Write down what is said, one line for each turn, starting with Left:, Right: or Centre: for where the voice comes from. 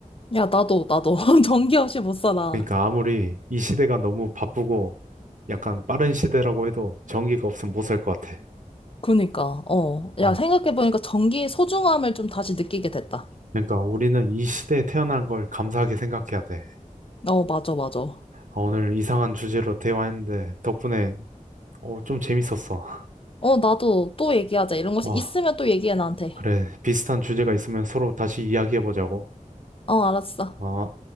Left: 야, 나도, 나도. <laughs> 전기 없이 못 살아.
Right: 그러니까 아무리 이 시대가 너무 바쁘고 약간 빠른 시대라고 해도 전기가 없으면 못 살 것 같아.
Left: 그니까, 어. 야,
Right: 어,
Left: 생각해보니까 전기의 소중함을 좀 다시 느끼게 됐다.
Right: 그러니까 우리는 이 시대에 태어난 걸 감사하게 생각해야 돼.
Left: 어, 맞아, 맞아.
Right: 아, 오늘 이상한 주제로 대화했는데 덕분에 어, 좀 재밌었어.
Left: 어, 나도 또 얘기하자. 이런 것이
Right: 아,
Left: 있으면 또 얘기해, 나한테.
Right: 그래. 비슷한 주제가 있으면 서로 다시 이야기해보자고.
Left: 어, 알았어.
Right: 어.